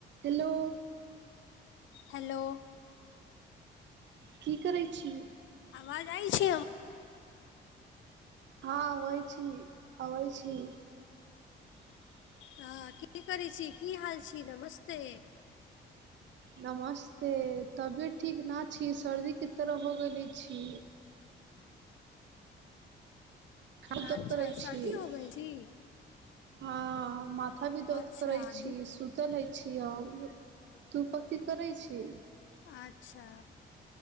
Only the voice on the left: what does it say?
Hello.
आवाज आइ छियौ।
हां की करै छी, की हाल छी, नमस्ते
अच्छा
सर्दी
हो गेल
छी
अच्छा
दु
अच्छा,